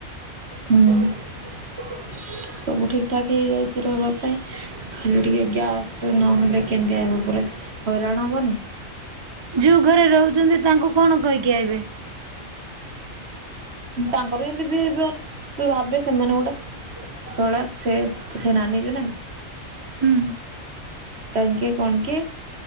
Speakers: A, on the right; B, on the right.
A: ହୁଁ <unintelligible> ସବୁ ଠିକ୍ ଠାକ୍ ହେଇଯାଇଛି ରହିବା ପାଇଁ, ଖାଲି ଟିକେ ଗ୍ୟାସ୍ ନହେଲେ କେନ୍ଦିଆ ହେବା ପରେ ହଇରାଣ ହବନି?
B: ଯୋଉ ଘରେ ରହୁଛନ୍ତି, ତାଙ୍କୁ କଣ କହିକି ଆଇବେ?
A: ତାଙ୍କର ଯେମିତି ବିହେଭିୟର, ତୁ ଭାବ ସେମାନେ ଗୋଟେ ଶଳା ସେ, ସେ ନାନୀ ଯୋଉ ନାଇଁ
B: ହୁଁ
A: ତାଙ୍କେ କଣ କି